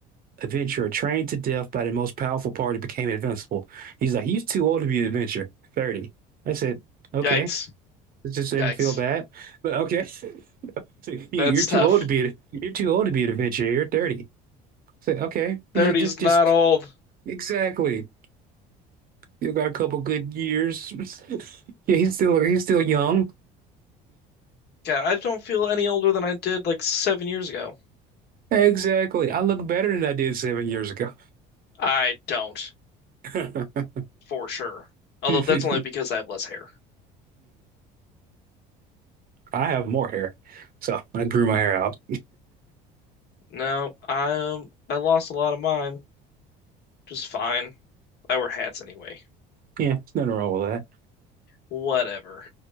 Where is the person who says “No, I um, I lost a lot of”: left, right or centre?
Left